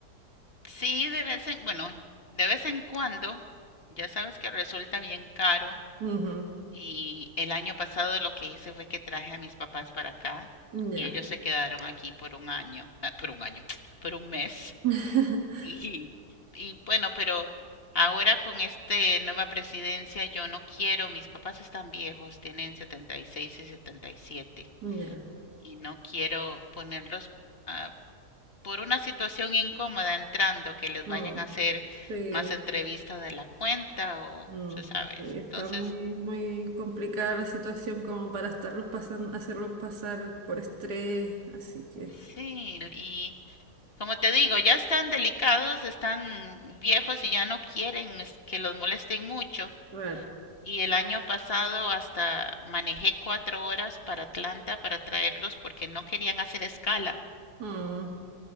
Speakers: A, on the left (about 35°); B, on the right (about 75°).
A: Sí, de vez en, bueno, de vez en cuando, ya sabes que resulta bien caro
B: Ujú, ujú,
A: Y el año pasado lo que hice fue que traje a mis papás para acá
B: Ya.
A: y ellos se quedaron aquí por un año, ah, por un año, <laughs> <tsk> por un mes. <laughs>
B: <laughs>
A: Y, y bueno, pero ahora con esta nueva presidencia yo no quiero, mis papás están viejos, tienen 76 y 77 y setenta y siete
B: Ya.
A: y no quiero ponerlos ah, por una situación incómoda entrando que les
B: Mm,
A: vayan a hacer
B: Sí.
A: más entrevistas de la cuenta o,
B: Mm,
A: tú sabes.
B: sí,
A: Entonces,
B: está muy, muy complicada la situación como para estarlos pasando, hacerlos pasar por estrés, así que,
A: sí, y Como te digo, ya están delicados, están viejos y ya no quieren es- que los molesten mucho.
B: claro.
A: Y el año pasado hasta manejé cuatro horas para Atlanta para traerlos porque no querían hacer escala.
B: Mm,